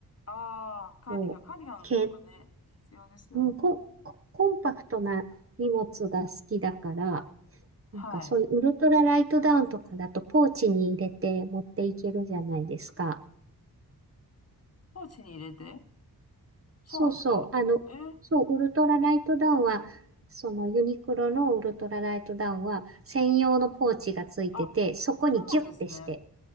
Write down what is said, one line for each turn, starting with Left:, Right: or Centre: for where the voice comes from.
Left: ああ、カーディガン、
Right: を、
Left: カーディガンとかね、
Right: け、
Left: 必要ですよね。
Right: うん、コン、ココンパクトな荷物が好きだから、
Left: はい。
Right: なんかそういうウルトラライトダウンとかだとポーチに入れて持っていけるじゃないですか。
Left: ポーチに入れてそうなんですかえー
Right: そうそう。あの、そう、ウルトラライトダウンは、そのユニクロのウルトラライトダウンは専用のポーチがついてて、
Left: あ、
Right: そこにギュッてして。
Left: そうなんですね。